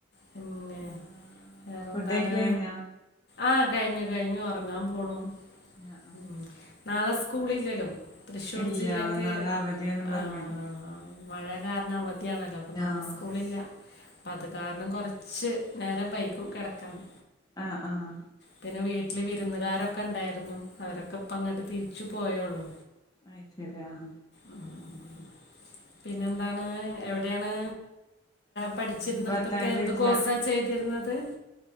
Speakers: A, on the left; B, on the left.
A: പിന്നെ
B: ആഹ്
A: വേറെന്താണ്?
B: ഫുഡ് കഴിക്കല് കഴിഞ്ഞോ
A: ആഹ് കഴിഞ്ഞു കഴിഞ്ഞു ഒറങ്ങാൻ പോണു
B: ങ്ങാ
A: ഉം നാളെ സ്കൂളില്ലല്ലോ തൃശ്ശൂർ
B: ഇല്ല
A: ജില്ലക്ക്
B: നാളെ അവധിയാന്ന് പറഞ്ഞ്
A: ആഹ് മഴ കാരണം അവധിയാണല്ലോ അപ്പൊ നാളെ
B: ആഹ്
A: സ്കൂളില്ല അപ്പത് കാരണം കൊറച്ച് നേരം വൈകും കെടക്കാന്
B: ആഹ് ആഹാ
A: പിന്നെ വീട്ടില് വിരുന്നുകാരൊക്കെണ്ടായിരുന്നു അവരൊക്കെപ്പങ്ങട്ട് തിരിച്ചു പോയൊള്ളു
B: അയ് ശെരി ആഹ്
A: ആഹ് ആഹ് ആഹ് പിന്നെന്താണ് എവിടെയാണ് പഠിച്ചിരുന്നതൊക്കെ
B: ഞാന് ഭർത്താവിന്റെ
A: എന്ത്
B: വീട്ടില
A: കോഴ്സാ ചെ യ്തിര്ന്നത്